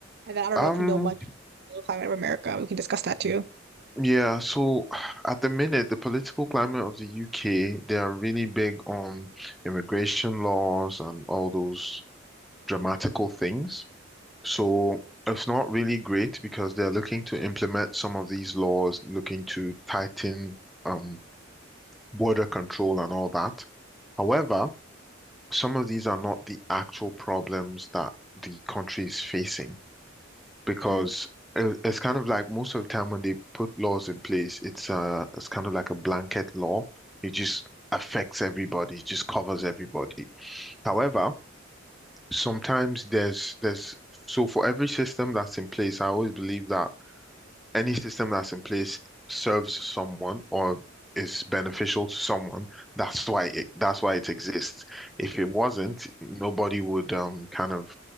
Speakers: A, on the right (about 55°); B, in the centre.
A: And then I don't
B: Um,
A: know if you know much about the political climate of America. We can discuss that too.
B: yeah, so <sighs> at the minute, the political climate of the UK, they are really big on immigration laws and all those dramatical things. So it's not really great because they're looking to implement some of these laws, looking to tighten um border control and all that. However, some of these are not the actual problems that the country is facing. because
A: Mm-hmm.
B: it- it's kind of like most of the time when they put laws in place, it's uh it's kind of like a blanket law. It just affects everybody, it just covers everybody. However, sometimes there's there's so for every system that's in place, I always believe that any system that's in place serves someone or is beneficial to someone. That's why it that's why it exists. If it wasn't, nobody would um kind of